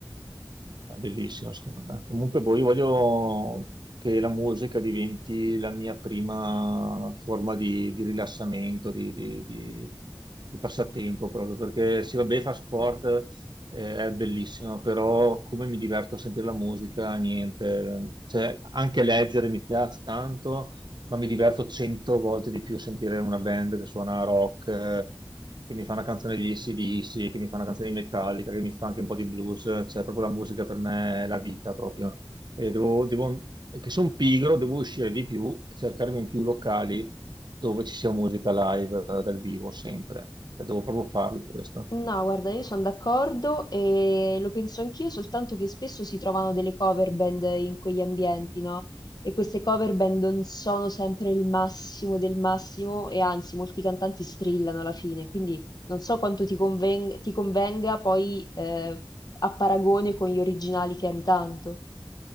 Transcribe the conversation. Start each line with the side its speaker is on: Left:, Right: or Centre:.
Right: È bellissimo, secondo me. Comunque, poi io voglio che la musica diventi la mia prima forma di, di rilassamento, di, di- di- di passatempo, proprio perché sì, vabbè, fa sport, eh, è bellissimo, però come mi diverto a sentire la musica, niente. Cioè, anche leggere mi piace tanto, ma mi diverto cento volte di più sentire una band che suona rock, eh, che mi fa una canzone di AC/DC, che mi fa una canzone di Metallica, che mi fa anche un po' di blues, cioè proprio la musica per me è la vita proprio. E devo, devo- che sono pigro, devo uscire di più e cercarmi in più locali dove ci sia musica live eh, dal vivo sempre. Cioè, devo proprio farlo questo.
Left: No, guarda, io sono d'accordo e lo penso anch'io, soltanto che spesso si trovano delle cover band in quegli ambienti, no? E queste cover band non sono sempre il massimo del massimo e anzi, molti cantanti strillano alla fine, quindi non so quanto ti conven- ti convenga poi eh, a paragone con gli originali che ami tanto.